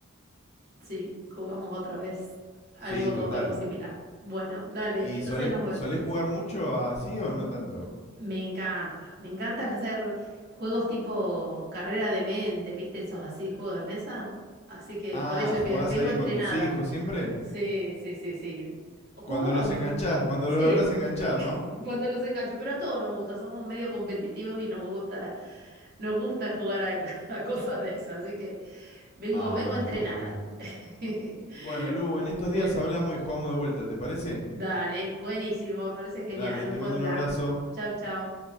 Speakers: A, on the right; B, on the left.
A: Sí, jugamos otra vez algo,
B: Sí, total.
A: algo similar. Bueno, dale,
B: ¿Y
A: entonces
B: solés,
A: nos vemos.
B: solés jugar mucho así o no tanto?
A: Me encanta, me encanta hacer juegos tipo carrera de mente, ¿viste? Esos así, juegos de mesa. Así que
B: Ah,
A: por eso es
B: ¿jugás
A: que vengo
B: ahí
A: entrenada.
B: con tus hijos siempre?
A: Sí, sí, sí, sí. Jugaban,
B: Cuando los enganchás, cuando
A: sí,
B: los lográs enganchar, ¿no?
A: cuando los engancho, pero a todos nos gusta, somos medio competitivos y nos gusta, nos gusta jugar a, <laughs> a cosas de esas, así que vengo,
B: Ah,
A: vengo
B: bueno,
A: entrenada.
B: está muy bien.
A: <laughs>
B: Bueno, Lu, en estos
A: Bueno,
B: días hablamos y jugamos de vuelta, ¿te parece?
A: dale, buenísimo, me parece genial,
B: Dale,
A: un
B: te
A: buen
B: mando
A: plan.
B: un abrazo.
A: Chao, chao.